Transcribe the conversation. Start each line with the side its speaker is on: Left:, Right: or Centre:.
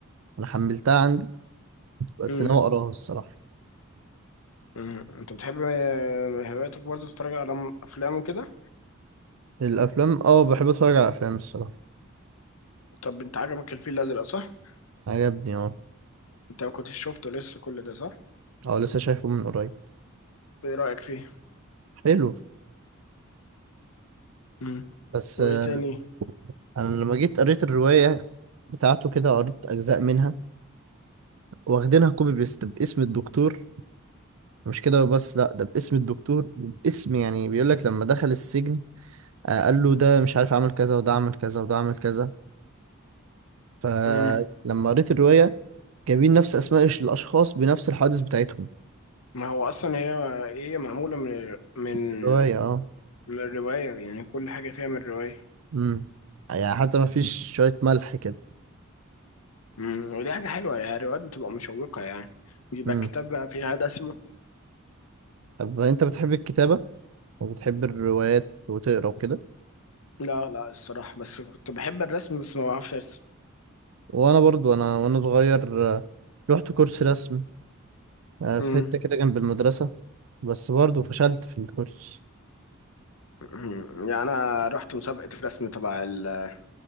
Right: انا حملتها عندي بس
Left: مم.
Right: ناوي اقراها الصراحة
Left: مم. انت بتحب آه، هواياتك برضو تتفرج على افلام وكده
Right: الافلام اه بحب اتفرج على افلام الصراحة
Left: طب انت عجبك الفيل الازرق صح
Right: عجبني اه
Left: انت ما كنتش شفته لسه كل ده صح
Right: اه لسه شايفه من قريب
Left: ايه رأيك فيه
Right: حلو
Left: امم
Right: بس آه،
Left: وايه تاني
Right: انا لما جيت قريت الرواية بتاعته كده قريت اجزاء منها واخدينها كوبي بيست باسم الدكتور مش كده بس لا ده باسم الدكتور وباسم يعني بيقول لك لما دخل السجن آه، قال له ده مش عارف عمل كذا وده عمل كذا وده عمل كذا فلما
Left: امم
Right: قريت الرواية جايبين نفس اسماء الش- الاشخاص بنفس الحوادث بتاعتهم
Left: ما هو اصلا هي ايه، هي معمولة من من
Right: الرواية اه
Left: من الرواية يعني كل حاجة فيها من الرواية
Right: امم يعني حتى ما فيش شوية ملح كده
Left: امم ودي حاجة حلوة يعني الروايات بتبقى مشوقة يعني بيبقى
Right: امم
Left: كتاب بقى فيها رسم
Right: طب انت بتحب الكتابة وبتحب الروايات وتقرا وكده
Left: لا لا الصراحة بس كنت بحب الرسم بس ما بعرفش ارسم
Right: وانا برضو انا وانا صغير آه، رحت كورس رسم آه، في
Left: امم
Right: حتة كده جنب المدرسة بس برضو فشلت في الكورس
Left: امم. يعني انا رحت مسابقة رسم تبع ال...